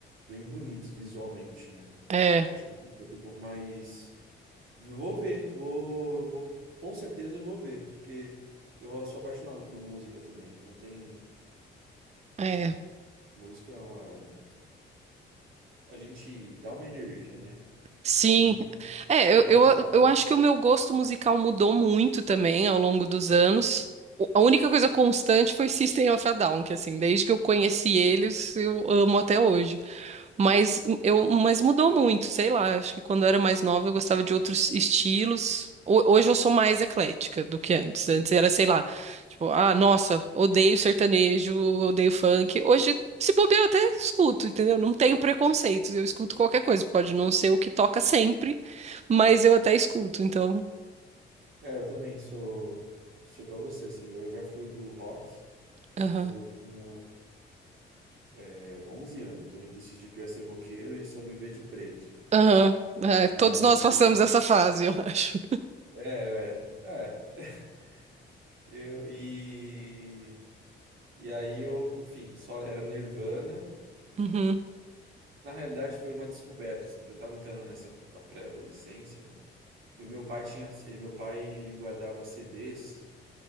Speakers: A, on the right; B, on the right.
A: bem bonitos visualmente, né?
B: é,
A: Eu acho muito muito bom. Mas vou ver, vou, eu vou, com certeza eu vou ver, porque eu sou apaixonado por música também. Não tem
B: é.
A: música, é uma, a gente dá uma energia, né?
B: Sim.
A: Principalmente
B: É,
A: dá
B: eu,
A: uma
B: eu,
A: vibe.
B: eu acho que o meu gosto musical mudou muito também ao longo dos anos. O- A única coisa constante foi System of a Down, que assim, desde que eu conheci eles, eu amo até hoje. Mas eu, mas mudou muito, sei lá. Acho que quando eu era mais nova eu gostava de outros estilos. Ho- Hoje eu sou mais eclética do que antes. Antes era, sei lá, tipo, ah, nossa, odeio sertanejo, odeio funk. Hoje, se bobear, eu até escuto, entendeu? Não tenho preconceitos, eu escuto qualquer coisa. Pode não ser o que toca sempre, mas eu até escuto, então.
A: É, eu também sou, sou igual a você, assim, eu já fui do rock
B: Aham.
A: quando eu tinha é, 11 anos, eu decidi que eu ia ser roqueiro e só viver de preto.
B: Aham. É, todos
A: Aí,
B: nós passamos essa fase, eu acho.
A: é, é, é, eu, e, e aí eu, enfim, só era Nirvana,
B: Uhum.
A: na realidade foi uma descoberta, assim, porque eu tava entrando nessa pré-adolescência, né? e o meu pai tinha, ele, meu pai, ele guardava CDs